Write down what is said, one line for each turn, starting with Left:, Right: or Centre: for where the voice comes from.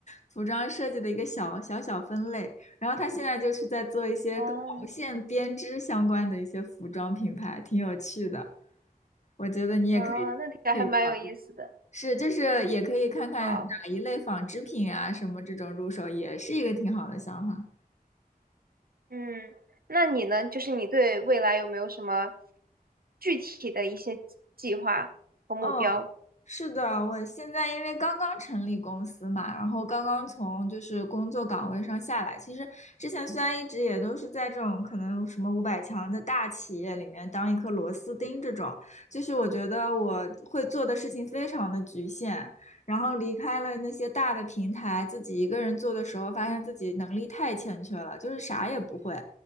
Left: 服装设计的一个小小小分类。然后他现在就是在做一些跟毛线编织相关的一些服装品牌，
Right: 哦，
Left: 挺有趣的，我觉得你也可以可以。
Right: 哦，那听起来还蛮有意思的。
Left: 是，就是也可以看看哪一类纺织品啊，
Right: 好，
Left: 什么这种入手也是一个挺好的想法。
Right: 嗯，那你呢？就是你对未来有没有什么具体的一些计划和目标？
Left: 嗯，是的，我现在因为刚刚成立公司嘛，然后刚刚从就是工作岗位上下来。其实之前虽然一直也都是在这种可能什么五百强的大企业里面当一颗螺丝钉这种，就是我觉得我会做的事情非常的局限。然后离开了那些大的平台，自己一个人做的时候，发现自己能力太欠缺了，就是啥也不会。